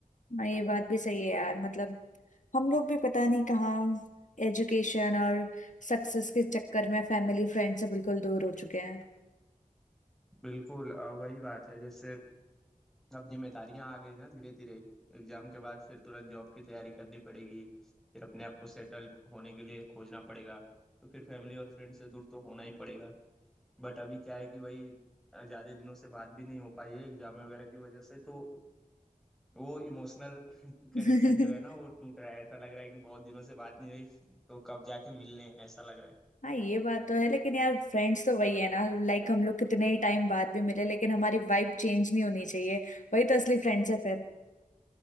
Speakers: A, on the left; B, in the centre.
A: हाँ, ये बात भी सही है यार मतलब हम लोग भी पता नहीं कहाँ एजुकेशन और सक्सेस के चक्कर में फैमिली फ्रेंड से बिल्कुल दूर हो चुके हैं
B: बिल्कुल अ, वही बात है जैसे अब जिम्मेदारियां आ गई ना धीरे धीरे एग्जाम के बाद फिर तुरंत जॉब की तैयारी करनी पड़ेगी फिर अपने आप को सेटल होने के लिए खोजना पड़ेगा तो फिर फैमिली और फ्रेंड से दूर तो होना ही पड़ेगा बट अभी क्या है कि वही अ, ज्यादा दिनों से बात भी नहीं हो पाई है एग्जाम वगैरह की वजह से तो वो इमोशनल
A: <laughs>
B: कनेक्शन <laughs> जो है ना वो टूट रहा है ऐसा लग रहा है कि बहुत दिनों से बात नहीं हुई तो कब जाके मिलने ऐसा लग रहा है
A: हाँ ये बात तो है लेकिन यार फ्रेंड्स तो वही है ना लाइक हम लोग कितने ही टाइम बाद भी मिले लेकिन हमारी वाइब चेंज नहीं होनी चाहिए वही तो असली फ्रेंड्स है फिर